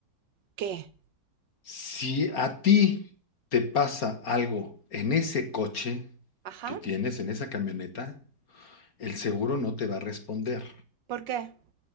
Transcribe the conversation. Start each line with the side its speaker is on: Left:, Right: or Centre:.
Right: ¿Qué?
Left: Si a ti te pasa algo en ese coche
Right: Ajá.
Left: que tienes, en esa camioneta, el seguro no te va a responder.
Right: ¿Por qué?